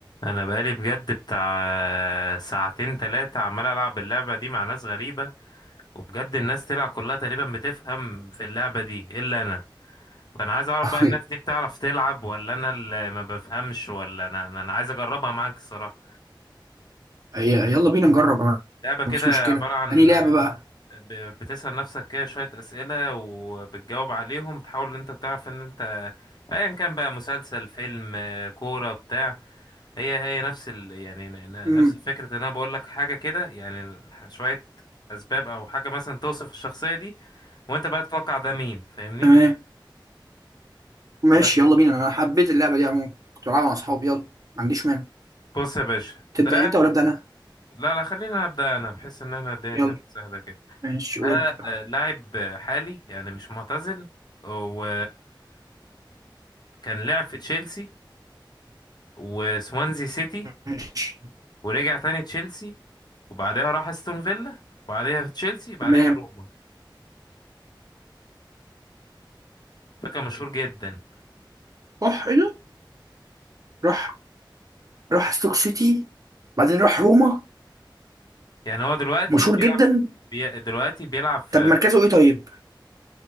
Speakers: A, on the left; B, on the right.
A: انا بقالي بجد بتاع ساعتين تلاتة عمال العب اللعبة دي مع ناس غريبة وبجد الناس تلعب كلها تقريبا بتفهم في اللعبة دي الا انا فانا عايز اعرف بقى
B: ي-
A: الناس دي بتعرف تلعب ولا انا اللي ما بفهمش ولا انا انا أنا عايز اجربها معاك الصراحة
B: يلا بينا نجرب أنا ما
A: لعبة كده
B: عنديش مشكلة
A: عبارة عن
B: أنهي لعبة بقى
A: ب- بتسأل نفسك كده شوية أسئلة وبتجاوب عليهم تحاول ان انت تعرف ان انت ايا كان بقى مسلسل فيلم كورة بتاع هي هي نفس ال يعني ن- ن-
B: مم.
A: نفس فكرة ان انا بقول لك حاجة كده يعني ح- شوية اسباب او حاجة مثلا توصف الشخصية دي وانت بقى تتوقع ده مين فاهمني
B: تمام ماشي
A: بس
B: يلا بينا أنا حبيت اللعبة دي عموما كنت بلعبها مع أصحابي يلا ما عنديش مانع
A: بص يا باشا
B: تبدأ
A: ده
B: أنت ولا أبدأ أنا
A: لا لا خلينا ابدا انا بحس ان احنا الدنيا
B: يلا
A: تبقى سهلة كده
B: ماشي وابدأ
A: ده آه، لاعب حالي يعني مش معتزل و كان لعب في تشيلسي وسوانزي سيتي
B: ماشي
A: ورجع تاني تشيلسي وبعدها راح استون فيلا وبعدها في تشيلسي بعدها
B: تمام
A: روما فكان مشهور جدا
B: راح إيه ده راح راح ستوك سيتي بعدين راح روما
A: يعني هو دلوقتي
B: مشهور
A: بيلعب
B: جدا
A: بي... دلوقتي بيلعب في
B: طب مركزه إيه طيب